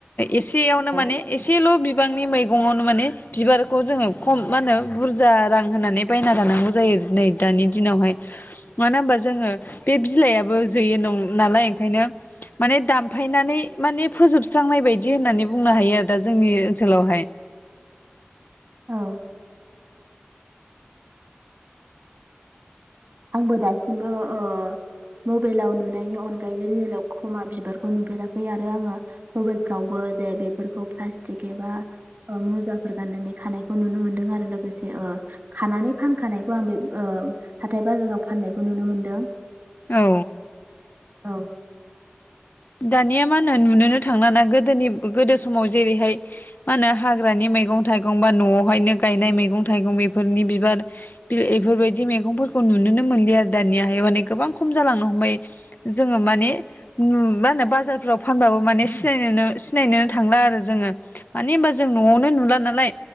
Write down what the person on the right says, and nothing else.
औ
औ आंबो दासिमबो ओ मबाइलाव नुनायनि अनगायै रियेलाव खमा बिबारखौ नुफेराखै आरो आङो मबाइलफ्रावबो जे बेफोरखौ प्लास्टिक एबा मुजाफोर गाननानै खानायखौ नुनो मोनदों आरो लोगोसे खानानै फानखानायखौ आं बे ओ हाथाय बाजाराव फान्नायखौ नुनो मोन्दो
औ।